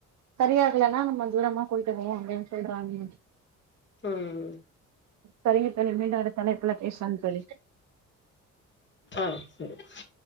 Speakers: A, on the right; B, on the left.
A: சரியாகலேன்னா நம்ம தூரமா போயிட்டு போவோ அப்டின் சொல்றாங்க
B: ம்
A: சரிங்க தோழி மீண்டு அடுத்த அழைப்புல பேசலாந் தோழி
B: ஆ செரி ஸ்